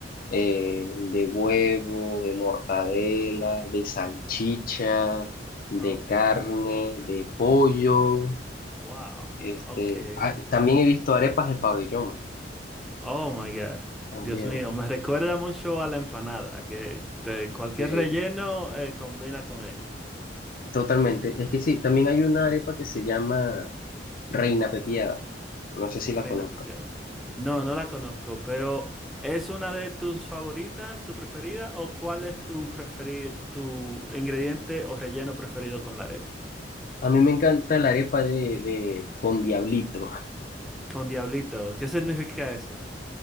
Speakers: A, on the left; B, in the centre.
A: eh, de huevo, de mortadela, de salchicha, de
B: Ok.
A: carne, de pollo.
B: Wow.
A: Este,
B: Ok.
A: ah, también he visto arepas de pabellón,
B: Oh my God.
A: también.
B: Dios mío, me recuerda mucho a la empanada, que te- cualquier
A: eh,
B: relleno eh, combina con ella.
A: totalmente. Es que sí, también hay una arepa que se llama Reina Pepiada. No sé si la
B: Reina
A: conozcas.
B: Pepiada. No, no la conozco, pero ¿es una de tus favoritas, tu preferida, o cuál es tu preferi- tu ingrediente o relleno preferido con la arepa?
A: A mí me encanta la arepa de, de con diablito.
B: Con diablito, ¿qué significa eso?